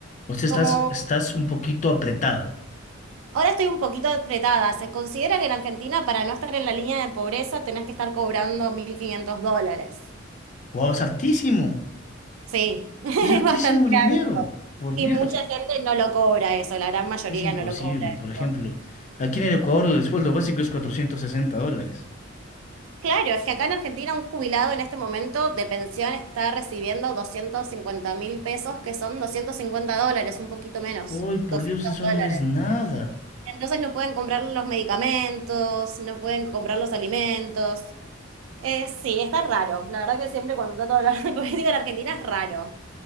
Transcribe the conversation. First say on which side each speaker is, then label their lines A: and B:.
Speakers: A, on the left (about 35°); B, on the right (about 75°).
A: O sea,
B: Como
A: estás, estás un poquito apretada.
B: ahora estoy un poquito apretada, se considera que en Argentina para no estar en la línea de pobreza tenés que estar cobrando 1.500 dólares.
A: Guau, es altísimo.
B: Sí, <laughs> es
A: Es altísimo
B: bastante
A: dinero.
B: alto.
A: Por
B: Y
A: Dios.
B: mucha gente no lo cobra eso, la gran mayoría
A: Es imposible.
B: no lo cobra
A: Por
B: eso.
A: ejemplo, aquí en el Ecuador el sueldo básico es 460 dólares.
B: Claro, es que acá en Argentina un jubilado en este momento de pensión está recibiendo doscientos cincuenta mil pesos, que son 250 dólares, un poquito menos,
A: Uy, por
B: 200
A: Dios, eso
B: dólares.
A: no es nada.
B: Entonces no pueden comprar los medicamentos, no pueden comprar los alimentos. Eh, sí, está raro. La verdad que siempre cuando trato de hablar de <laughs> política en Argentina es raro.